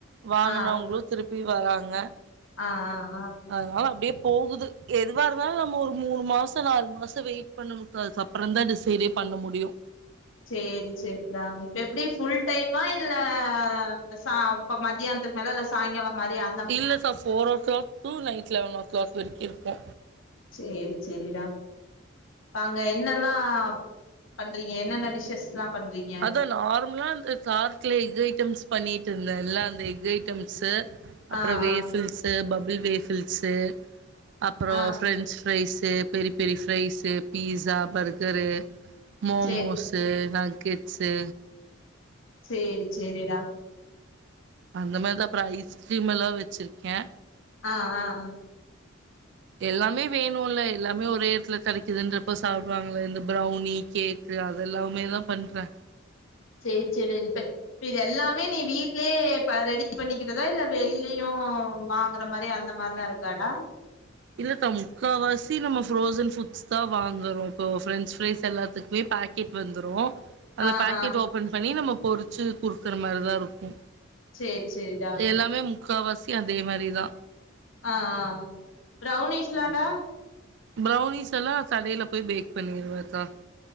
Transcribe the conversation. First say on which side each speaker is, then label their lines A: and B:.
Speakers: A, on the right; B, on the left.
A: வாங்கினவங்களு
B: ஆ
A: திருப்பி வராங்க
B: ஆ ஆ ஆ
A: அதனால அப்டியே போகுது எதுவா இருந்தாலு நம்ம ஒரு மூணு மாசம் நாலு மாசம் வெயிட் பண்ணனு கா சப்பறந்தா டிசைடே பண்ண முடியு
B: சேரி சேரிடா இப்ப எப்படி ஃபுல் டைமா இல்ல இந்த ச இப்ப மத்தியானத்துக்கு மேல இல்ல சாயங்காலம் மாறி அ
A: இல்ல சா four o'clock to night eleven o'clock வரைக்கு இருக்கு
B: சேரி சேரிடா ப்ப அங்க என்னெல்லா பண்றீங்க என்னென்ன டிஷ்ஷஸ்லா பண்றீங்க
A: அதா நார்மலா அந்த கார்க்ல எக் ஐட்டம்ஸ் பண்ணிட்டு இருந்தேன்ல்ல அந்த எக் ஐட்டம்ஸ்சு அப்புறோ
B: ஆ
A: வேஃபில்ஸு
B: ஆ
A: பபுள் வேஃபில்ஸு அப்றோ
B: ஆ
A: French rice peri peri fries pizza burger மோமோஸ்
B: சேரி
A: சே நகேட்ஸு
B: சேரி சேரிடா
A: அந்த மாரிதா அப்பற ஐஸ்கிரீம் எல்லா வச்சிருக்கே
B: ஆ ஆ ஆ
A: எல்லாமே வேணுல்ல எல்லாமே ஒரே எடத்துல கெடைக்குதுன்றப்ப சாப்பிடுவாங்கள இந்த பிரௌனி கேக் கு அதெல்லாமே தா பண்றே
B: சேரி சேரி அது இப்ப இ இது எல்லாமே நீ வீட்லயே ரெடி பண்ணிக்கிறதா இல்ல வெளிலயும் வாங்குற மாரி அந்த மாரி ல்லா இருக்காடா
A: இல்ல அக்கா முக்காவாசி நம்ம ஃப்ரோசன் ஃபுட்ஸ் தா வாங்குறோ இப்போ பிரண்ட்ஸ் ஃப்ரைஸ் எல்லாத்துக்குமே பேக் பாக்கெட் வந்துரு அந்த
B: ஆ
A: பாக்கெட்
B: ஆ
A: ஓபன் பண்ணி நம்ம பொறிச்சு குடுக்கற மாதிரிதா இருக்கு
B: சேரி சேரிடா
A: எல்லாமே முக்காவாசி அதே மாதிரிதா
B: ஆ ஆ ஆ பிரௌன்னிஸ்லான்டா
A: பிரௌன்னிசெல்லா கடையில போய் பேக் பண்ணிருவே தா